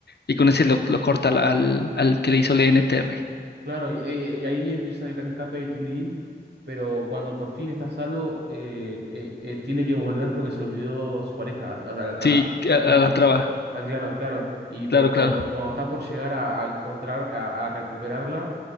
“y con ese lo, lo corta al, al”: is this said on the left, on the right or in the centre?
Left